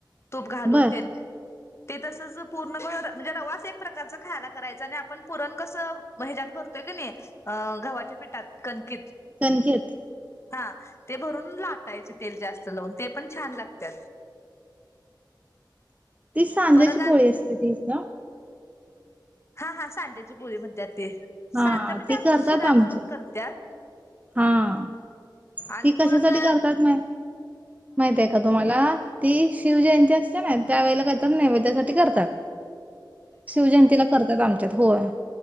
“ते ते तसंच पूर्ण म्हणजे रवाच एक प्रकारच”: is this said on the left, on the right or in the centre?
Left